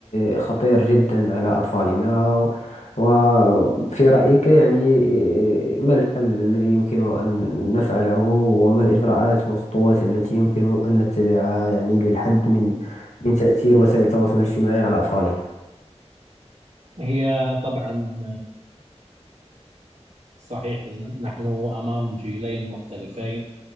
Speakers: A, on the left; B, on the right.
A: آه، خطير جدا على أطفالنا وفي رأيك يعني آه، ما الحل الذي يمكن أن نفعله وما الإجراءات والخطوات التي يمكن أن نتبعها يعني للحد من لتأثير وسائل التواصل الاجتماعي على أطفالنا
B: هي طبعا صحيح نحن أمام جيلين مختلفين